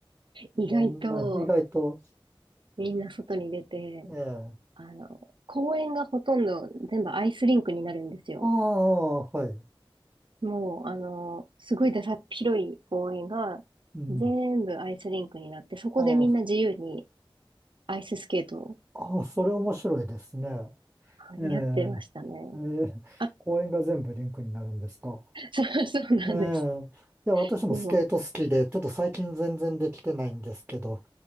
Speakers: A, on the right; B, on the right.
A: 意外と、
B: そんな、意外と、
A: みんな外に出て、
B: ええ。
A: あの、公園がほとんど全部アイスリンクになるんですよ。
B: ああ、はい。
A: もう、あの、すごいださっ広い公園が、
B: うん。
A: 全部アイスリンクになって、そこでみんな自由に、
B: ああ、
A: アイススケートを
B: ああ、それ面白いですね。
A: はいやってましたね。
B: ええええ公園が全部リンクになるんですか。
A: あ、<laughs> そう、そうなんです。
B: ええいや、私もスケート好きで、
A: もう、
B: ちょっと最近全然できてないんですけど、